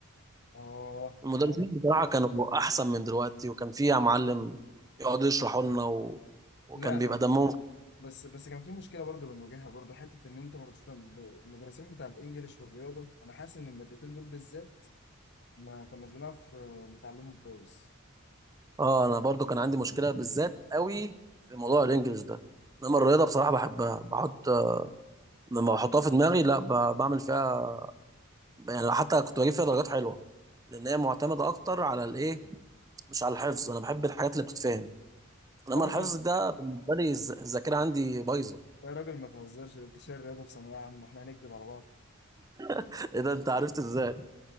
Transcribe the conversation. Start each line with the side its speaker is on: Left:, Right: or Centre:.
Left: اه
Right: المدرسين
Left: يا عم
Right: بصراحة كانوا احسن من دلوقتي وكان في معلم يقعد يشرحوا لنا و... وكان
Left: لا لا
Right: بيبقى دمهم
Left: بس بس كان في مشكله برضه بنواجهها برضه حته ان انت ما كنتش بتعمل- المدرسين بتاع الانجليش والرياضه انا حاسس ان المادتين دول بالذات ما كناش بنعرف آه، نتعلمهم كويس
Right: اه انا برضه كان عندي مشكلة بالذات قوي في موضوع الانجليش ده انما الرياضة بصراحة بحبها بحط لما بحطها في دماغي لا ب... بعمل فيها يعني حتى كنت بجيب فيها درجات حلوة لان هي معتمدة اكتر على الايه مش على الحفظ انا بحب الحاجات اللي بتتفهم انما
Left: يا راجل
Right: الحفظ ده بالنسبة لي الذ- الذاكرة عندي بايظة
Left: يا راجل ما تهزرش انتشار الرياضة في ثانوية عامة واحنا هنكدب على بعض
Right: <laughs> ايه ده انت عرفت ازاي